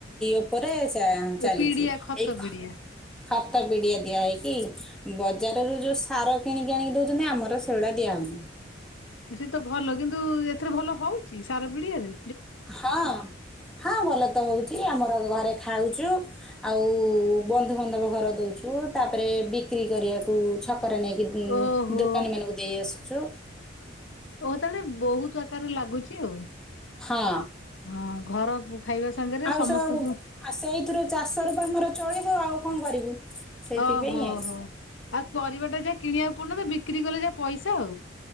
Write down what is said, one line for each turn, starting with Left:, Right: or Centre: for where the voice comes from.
Centre: ଉପରେ ଚାଲିଛି
Left: ପିଡିଆ ଖତ
Centre: ଏଇ
Left: ପିଡିଆ।
Centre: ଖତ ପିଡିଆ ଦିଆ ହେଇକି ବଜାରରୁ ଯୋଉ ସାର କିଣିକି ଆଣିକି ଦଉଛନ୍ତି ଆମର ସେଗୁଡା ଦିଆହୋଉନି।
Left: ସେ ତ ଭଲ। କିନ୍ତୁ ଏଥିରେ ଭଲ ହଉଛି ସାର ବିଡିଆରେ
Centre: ହଁ ହଁ ଭଲ ତ ହଉ ଆମର ଘରେ ଖାଉଛୁ ଆଉ ବନ୍ଧୁବାନ୍ଧବ ଘର ଦଉଛୁ। ତାପରେ ବିକ୍ରି କରିବାକୁ ଛକରେ ନେଇକି
Left: ଓହୋ
Centre: ଦୋକାନୀମାନାନଙ୍କୁ ଦେଇ ଆସୁଛୁ।
Left: ଓ ତାହେଲେ ବହୁତ ଆକାରରେ ଲାଗୁଛି ଆଉ
Centre: ହଁ
Left: ହଁ ଘର ଖାଇବା ସାଙ୍ଗରେ
Centre: ଆଉ
Left: ସମସ୍ତଙ୍କୁ
Centre: ସୁ ସେଇଥିରୁ ଚାଷ ରୂପ ଆମର ଚଳିବୁ ଆଉ କଣ କରିବୁ? ସେଇଥିପାଇଁ
Left: ଓହୋହୋ
Centre: ଆଉ
Left: ଆଉ ପରିବା ଟା ଯାହା କିଣିବାକୁ ପଡୁନି ତ ବିକ୍ରି କଲେ ଯାହା ପଇସା ଆଉ।